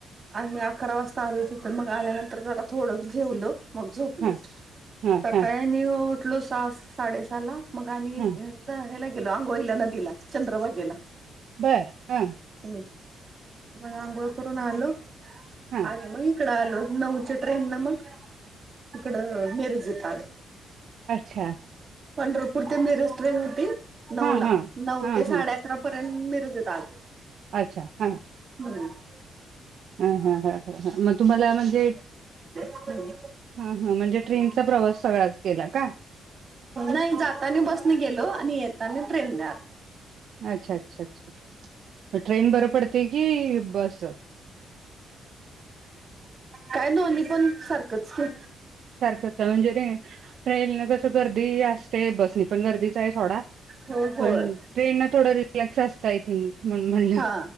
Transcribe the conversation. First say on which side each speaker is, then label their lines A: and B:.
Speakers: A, on the right; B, on the right.
A: आणि मी अकरा वाजता आलो हो तिथं मग आल्यानंतर जरा थोडं ठेवलं. मग झोपलो.
B: हां हां
A: सकाळी
B: हां
A: आणि उठलो सहा साडेसहा ला मग आणि
B: हां
A: हेला गेलो आंघोळीला नदीला. चंद्र भागेला.
B: बरं. हां.
A: हम्. मग आंघोळ करून आलो
B: हां
A: आणि मग इकड आलो नऊच्या ट्रेन न मग इकड मीरजेत आलो.
B: अच्छा
A: पंढरपूर ते मिरज ट्रेन होती नऊ
B: हां
A: ला.
B: हां
A: नऊ
B: हां हां
A: अकरापर्यंत मिरजत आलो.
B: अच्छा! हा.
A: हम्म.
B: हा हा ह ह ह. मग तुम्हाला म्हणजे?
A: हम्.
B: हा हा. म्हणजे ट्रेनचा प्रवास सगळाच केला का?
A: नाही जातानी बसने गेलो आणि येताना ट्रेनने.
B: अच्छा अच्छा अच्छा्छ! ट्रेन बरं पडते कि बस?
A: काय दोन्ही पण सारखंच ते.
B: सारखं म्हणजे टे ट्रेन न कसं गर्दी अस ते बसणी पण गर्दीचा आहे सोडा
A: हो होय
B: पण ट्रेन ना थोडं रिलॅक्स असतं आय थिंक. म्हणून म्हणलं.
A: हा